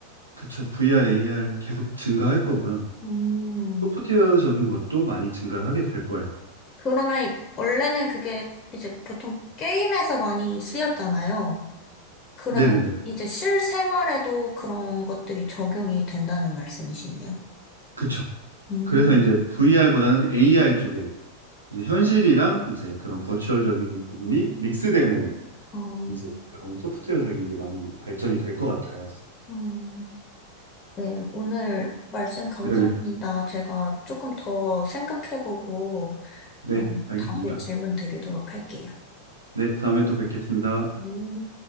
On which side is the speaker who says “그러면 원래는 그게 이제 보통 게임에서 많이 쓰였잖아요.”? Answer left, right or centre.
Left